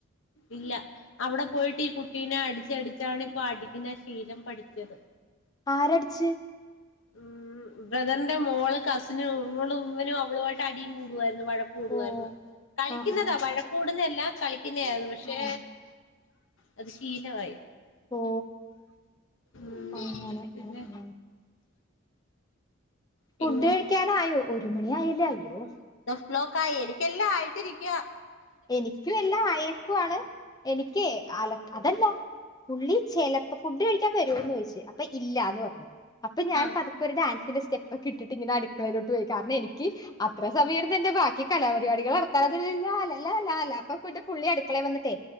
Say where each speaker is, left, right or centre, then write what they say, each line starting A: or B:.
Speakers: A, on the left (about 65°); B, on the left (about 20°).
A: ഇല്ല അവിടെ പോയിട്ട് ഈ കുട്ടീനെ അടിച്ചടിച്ചാണ് ഇപ്പൊ അടിക്ക്ന്ന ശീലം പഠിച്ചത്
B: ആരടിച്ച്
A: ഉം ബ്രദറിന്റെ മോള് കസിനും ഇവളും ഇവനും അവളുവായിട്ട് അടിം കൂടുവാ വഴക്ക് കൂടുവായിരുന്നു
B: ഓ
A: കളിക്ക്ന്നതാ
B: ആഹ് ആഹ്
A: വഴക്ക് കൂടുന്നെ കളി ക്ക്ന്നേയെനു പക്ഷെ
B: ആഹ്
A: അത് ശീലവായി
B: ഓ
A: ഉം
B: അങ്ങനെ
A: പിന്നെ
B: ഉം ഉം ഫുഡ്
A: പിന്നെ
B: കഴിക്കാനായോ ഒരു മണി ആയില്ലേ അയ്യോ
A: ബ്ലോക്കായി എനിക്ക്ല്ലാം ആയിട്ടിരിക്കാ
B: എനിക്കു എല്ലാം അയേക്കുവാണ് എനിക്ക് അല അതല്ല പുള്ളി ചെലപ്പ ഫുഡ് കഴിക്കാ വ വരോന്ന് ചോയിച്ച് അപ്പ ഇല്ലാന്ന് പറഞ്ഞ് അപ്പ ഞാൻ
A: ആ ആ
B: പത്ക്കൊരു ഡാൻസിന്റെ സ് സ്റ്റ്പ്പോക്കെ ഇട്ടിട്ട് ഇങ്ങനെ അട്ക്കളയിലോ <unintelligible> കാരണം എനിക്ക് അത്ര സമയയിട്ന്നെന്നേ ഭാ ഈ കലാപരിപാടികളാ തല തിരിഞ്ഞാലേ അല്ല അല്ലാ അല്ല അപ്പൊ പിന്നെ പുള്ളി അട്ക്കളെ വന്ന്ട്ടേ